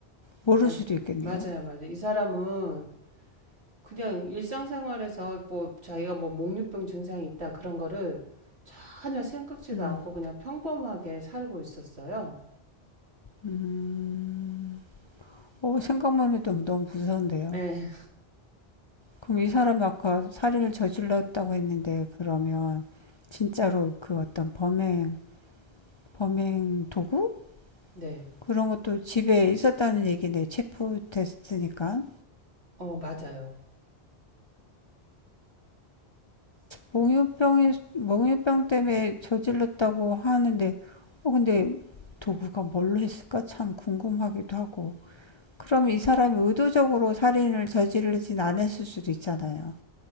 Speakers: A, on the left; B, on the right.
A: 모를
B: 마,
A: 수도 있겠네요.
B: 맞아요, 맞아요. 이 사람은 그냥 일상생활에서 뭐 자기가 뭐 목류병 증상이 있다 그런 거를 전혀 생각지도
A: 음,
B: 않고 그냥 평범하게 살고 있었어요.
A: 음, 어, 생각만 해도 너무 무서운데요.
B: 네,
A: 그럼 이 사람이 아까 살인을 저질렀다고 했는데 그러면 진짜로 그 어떤 범행 범행 도구
B: <laughs> 네.
A: 그런 것도 집에 있었다는 얘기네. 체포됐으니까
B: 어, 맞아요.
A: 몽유병이 몽유병 때문에 저질렀다고 하는데 어 근데 도구가 뭘로 했을까 참 궁금하기도 하고. 그럼 이 사람이 의도적으로 살인을 저지르진 않았을 수도 있잖아요.